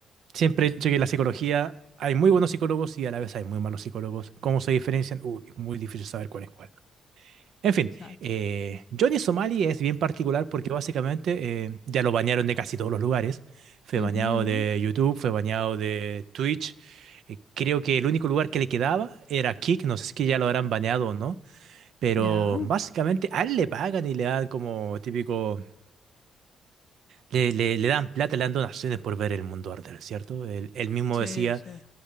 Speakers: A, on the right (about 70°); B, on the left (about 55°).
A: siempre he dicho que la psicología, hay muy buenos psicólogos y a la vez hay muy malos psicólogos. ¿Cómo se diferencian? Uy, es muy difícil saber cuál es cuál. En
B: Exacto.
A: fin, eh, Johnny Somali es bien particular porque básicamente eh, ya lo bañaron de casi todos los lugares. Fue
B: Ujú,
A: bañado
B: ujú.
A: de YouTube, fue bañado de Twitch. Eh, Creo que el único lugar que le quedaba era Kick, no sé si que ya lo habrán bañado o no, pero
B: Ya.
A: básicamente a él le pagan y le dan como típico Le, le, le dan plata, le dan donaciones por ver el mundo arder, ¿cierto? Él, él mismo
B: Sí,
A: decía,